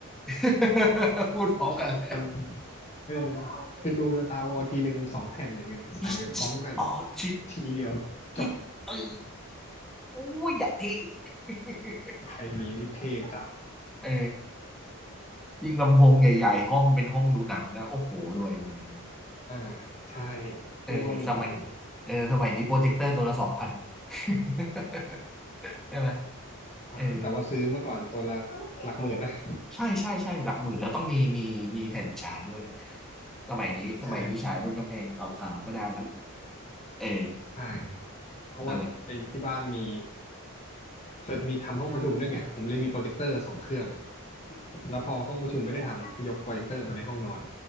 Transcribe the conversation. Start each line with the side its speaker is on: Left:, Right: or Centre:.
Centre: <laughs> พูดพร้อมกันเลย
Left: มันเออคือดูสตาร์วอร์ทีหนึ่งสองแผ่นอย่างเงี้ยใส่ไปพร้อมกัน
Centre: อิชอ๋อชิ
Left: ทีเดียวจบ
Centre: อิตเออโอ้ยอยากเท่ <laughs>
Left: ใครมีนี่เท่จัด
Centre: เออ ยิ่งลำโพงใหญ่ๆห้องเป็นห้องดูหนังนะโอ้โหรวยเลยดู
Left: อ่าใช่
Centre: เออสมัย
Left: เรียกว่ามีตังค์
Centre: เออสมัยนี้โปรเจคเตอร์ตัวละสองพัน <laughs> ใช่ไหม
Left: แต่ว่าแต่ว่าซื้อเมื่อก่อนตัวละหลักหมื่นนะ
Centre: เออใช่ใช่ใช่หลักหมื่นแล้วต้องมีมีมีแผ่นฉายด้วยสมัยนี้สมัยนี้ฉายบนกำแพงขาวๆก็ได้ละ
Left: ใช่
Centre: เออ
Left: ใช่เพราะว่าไอ้ที่บ้านมี
Centre: นั่นแหละ
Left: เคยมีทำห้องประชุมด้วยไงผมเลยมีโปรเจคเตอร์สองเครื่องแล้วพอห้องประชุมไม่ได้ทำยกโปรเจคเตอร์มาในห้องนอน